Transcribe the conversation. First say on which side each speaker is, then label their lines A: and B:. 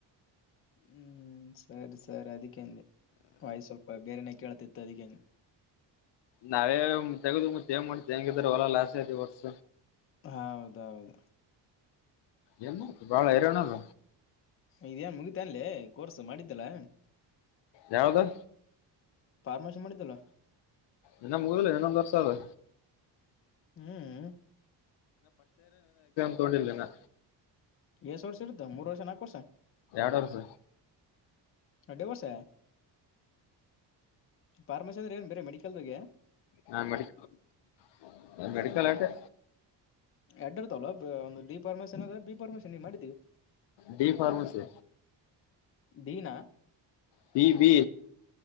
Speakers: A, on the left; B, on the left.
A: ಹ್ಮ್ ಸರಿ ಸರಿ ಅದಕ್ಕೆಂಡೆ ವಾಯ್ಸ್ ಸ್ವಲ್ಪ ಬೇರೆನ ಕೇಳ್ತಿತ್ತು ಅದಕ್ಕೇನೆ
B: ನಾವೇ ತೆಗದು ಮತ್ತ ಏನ್ ಮಾಡ್ತ ಹೆಂಗಿದ್ರ ಹೊಲ ಲಾಸ್ ಐತಿ ವರ್ಷ
A: ಹ ಹೌದೌದು
B: ಏನ್ಯ್ತು ಬಾಳ ಹರ್ಯೋಣಲ್
A: ಇದೇನ್ ಮುಗಿತ ಅಲ್ಲಿ ಕೋರ್ಸ್ ಮಾಡಿದ್ದಲ್ಲ
B: ಯಾವಾವದು
A: ಪಫಾರ್ಮರ್ಶಿ ಮಾಡಿದ್ದಲ್ಲ
B: ಇನ ಮುಗಲ್ಲ ಇನ ಒಂದ್ ವರ್ಸ ಇದೆ
A: ಹ್ಮ್
B: ತಗೊಂಡಿಲ್ಲನಾ
A: ಎಷ್ಟ ವರ್ಷ ಇರುದ ಮೂರ್ ವರ್ಷ ನಾಕ ವರ್ಷ
B: ಎಡು ವರ್ಸ
A: ಹ ವೋಸ ಫಾರ್ಮಸಿ ಅಂದ್ರೆ ಏನ್ ಬೇರೆ ಮೆಡಿಕಲ್ದಗೆ
B: ಹಾ ಮೆಡಿಕಲ್ ಮೆಡಿಕಲ್ ಆಟೆ
A: ಎಡರ್ತಲ್ವಾ ಒಂದು ಡಿ ಪರ್ಮಿಷನ್ ಅದ ಬಿ ಪರ್ಮಿಷನ್ ನೀವು ಮಾಡಿದ್ದೀವಿ
B: ಡಿಫಾರ್ಮಾಸ
A: ಡಿನಾ
B: ಬೀ ಬೀ